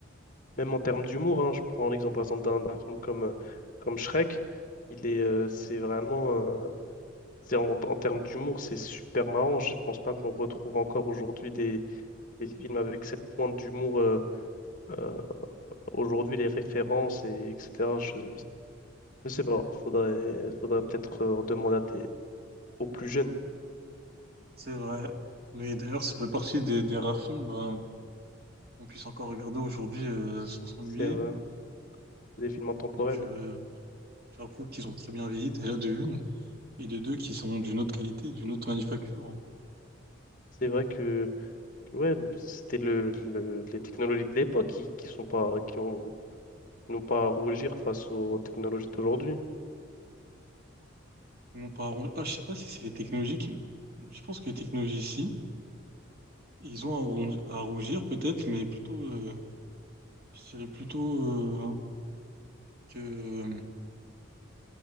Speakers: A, on the left; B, on the right.
A: même en termes d'humour, hein, je prends l'exemple par exemple d'un d'un film comme, euh, comme Shrek, il est euh, c'est vraiment euh, c'est en, en termes d'humour, c'est super marrant. Je pense pas qu'on retrouve encore aujourd'hui les films avec cette pointe d'humour euh, euh, aujourd'hui, les références, et, etc. Je ne sais pas. Faudrait, faudrait peut-être euh, demander à des, aux plus jeunes.
B: C'est vrai. Mais d'ailleurs, ça fait partie des, des rares films, bah, qu'on puisse encore regarder aujourd'hui, euh, sans s'ennuyer.
A: C'est vrai. C'est des films intemporels.
B: Donc, euh, j'avoue qu'ils ont très bien vieilli, déjà de une. et de deux qui sont d'une autre qualité, d'une autre manufacture. hein.
A: C'est vrai que, que ouais, c'était le, le- les technologies de l'époque qui, qui sont pas, qui ont, non pas à rougir face aux technologies d'aujourd'hui.
B: Ils n'ont pas à rougir. Ah, je sais pas si c'est les technologies qui... Je pense que les technologies, si, ils ont à rougir, à rougir peut-être, mais plutôt, euh, je dirais plutôt euh, que euh,